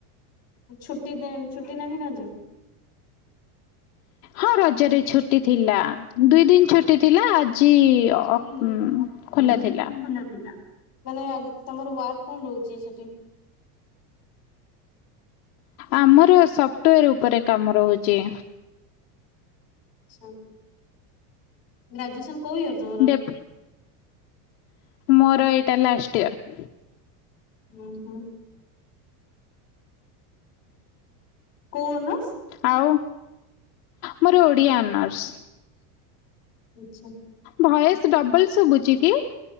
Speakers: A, on the left; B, on the left.
A: ଛୁଟି ଦେ ଛୁଟି ନାହିଁ ରଜ ରେ
B: ହଁ ରଜରେ ଛୁଟି ଥିଲା ଦୁଇ ଦିନ୍ ଛୁଟି ଥିଲା ଆଜି
A: ଆଜି
B: ଅଫ୍ ଉଁ,
A: ହୁଁ
B: ଖୋଲା ଥିଲା
A: ଖୋଲା ଥିଲା। ମାନେ ତମର ୱାର୍କ କଣ ରହୁଚି ସେଠି
B: ଆମର ସଫ୍ଟୱେର ଉପରେ କାମ ରହୁଚି।
A: ସ ଗ୍ରାଜୁଏସନ୍ କଉ ଇୟର? ତମର?
B: ଡେଫ ମୋର ଏଇଟା ଲାଷ୍ଟ ଇୟର।
A: ଉଁ ହୁଁ। କୋଉ ଅନର୍ସ?
B: ଆଉ ମୋର ଓଡ଼ିଆ ଅନର୍ସ।
A: ଆଚ୍ଛା।
B: ଭୟସ୍ ଡବଲ ସୁବୁଚି କି?